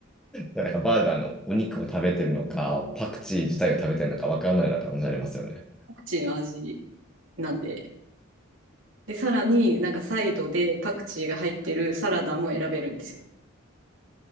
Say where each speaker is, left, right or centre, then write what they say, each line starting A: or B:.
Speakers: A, in the centre; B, on the right.
A: なんかバーガーのお肉を食べてるのか、パクチー自体を食べてるのかわからないような感じありますよね。
B: パクチーの味なんで。で、さらになんかサイドでパクチーが入ってるサラダも選べるんですよ。